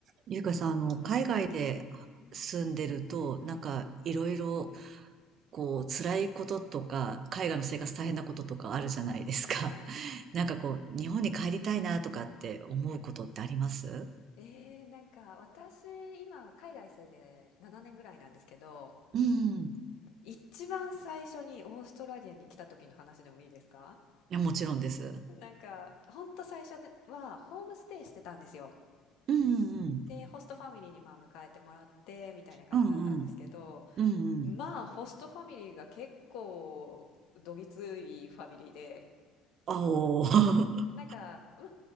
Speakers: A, on the right (about 50°); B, on the left (about 75°).
A: ゆうかさん、あの、
B: はい。
A: 海外で
B: うんうん。
A: 住んでると、
B: はい。
A: なんか、いろいろ、こう、辛いこととか、
B: はい。うんうん。
A: 海外の生活大変なこととかあるじゃないですか。
B: はい。
A: <laughs> なんかこう、日本に帰りたいなとかって思うことってあります
B: はい。ええ、なんか私、今海外住んで7年ぐらいなんですけど、
A: うん。い
B: 一番最初にオーストラリアに来た時の話でもいいですか？
A: や、もちろんです。
B: なんか、ほんと最初ではホームステイしてたんですよ。
A: うんうんうん。
B: で、ホストファミリーにまあ迎えてもらってみたいな感じだったんですけど、
A: うんうん。うんうん。
B: まあホストファミリーが結構どぎついファミリーで、
A: あおー。<laughs>
B: なんか、ま、